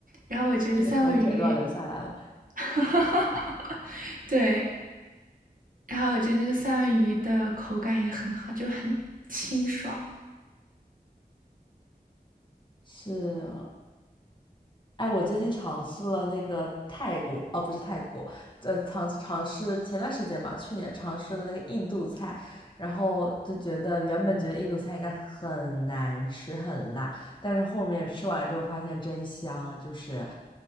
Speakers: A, on the right (about 55°); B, on the left (about 30°).
A: 然后我觉得三文鱼，
B: 你的口水都要流下来了。
A: <laughs> 对，然后我觉得那个三文鱼的口感也很好，就很清爽，
B: 是，哎，我最近尝试了那个泰国，哦，不是泰国，呃，尝尝试前段时间吧，去年尝试了那个印度菜，然后就觉得原本觉得印度菜应该很难吃很辣，但是后面吃完之后发现真香，就是